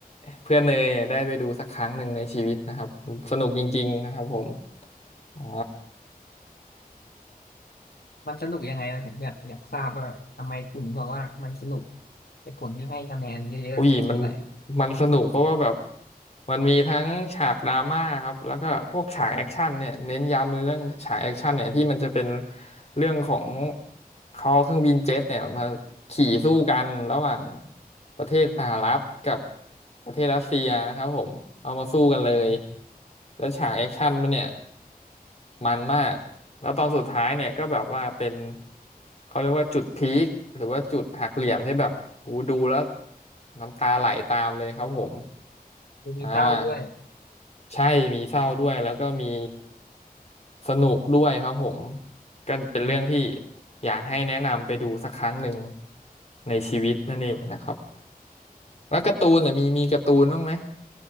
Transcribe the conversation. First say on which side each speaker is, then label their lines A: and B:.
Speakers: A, on the left (about 45°); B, on the left (about 85°).
A: เพื่อนเนยยได้ไปดูสักครั้งหนึ่งในชีวิตนะครับสนุกจริงๆนะครับผมอ่า
B: มันสนุกยังไงนะผมอยากอยากทราบว่าทำไมคุณถึงบอกว่ามันสนุกเหตุผลที่ให้คะแนนเยอะๆเนี่ยมันคืออะไรครับ
A: อุ้ยมันมันสนุกเพราะว่าแบบมันมีทั้งฉากดราม่าครับแล้วก็พวกฉากแอคชั่นเนี่ยเน้นย้ำเลยเรื่องฉากแอคชั่นเนี่ยที่มันจะเป็นเรื่องของเขาเอาเครื่องบินเจ็ตเนี่ยมาขี่สู้กันระหว่างประเทศสหรัฐกับประเทศรัสเซียนะครับผมเอามาสู้กันเลย
B: อืม
A: แล้วฉากแอคชั่นมันเนี่ย มันมากแล้วตอนสุดท้ายเนี่ยก็แบบว่าเป็นเขาเรียกว่าจุดพีคหรือว่าจุดหักเหลี่ยมที่แบบโอ้โหดูแล้วน้ำตาไหลตามเลยครับผม
B: มีเศร้าด้วย
A: อ่าใช่มีเศร้าด้วยแล้วก็มีสนุกด้วยครับผมก็เป็นเรื่องที่
B: อืม
A: อยากให้แนะนำไปดูสักครั้งหนึ่งในชีวิตนั่นเองนะครับแล้วการ์ตูนน่ะมีมีการ์ตูนบ้างไหม